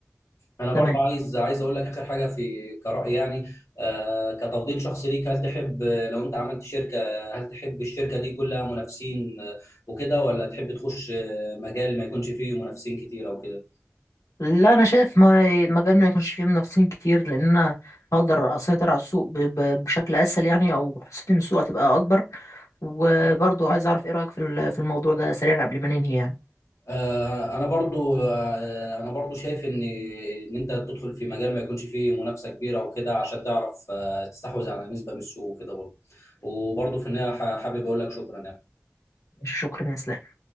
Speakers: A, on the left (about 70°); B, on the left (about 90°).
A: انا برضه
B: تمام
A: عايز عايز اقول لك اخر حاجه في كرأي يعني آه كتفضيل شخصي ليك هل تحب آه، لو انت عملت شركه هل تحب الشركه دي كلها منافسين آه، وكده ولا تحب تخش آه، مجال ما يكونش فيه منافسين كتير او كده
B: لا انا شايف ما المجال ما يكونش فيه منافسين كتير لان انا هقدر اسيطر على السوق ب... ب... بشكل اسهل يعني او حسيت ان السوق هتبقى اكبر وبرضو عايز اعرف ايه رايك في ال- في الموضوع ده سريعا قبل ما ننهي يعني
A: آه انا برضو آه انا برضو شايف ان ان انت تدخل في مجال ما يكونش فيه منافسه كبيره وكده عشان تعرف آه تستحوذ على نسبه من السوق وكده برضو وبرضو في النهايه ح- حابب اقول لك شكرا يعني.
B: ماشي شكرا يا اسلام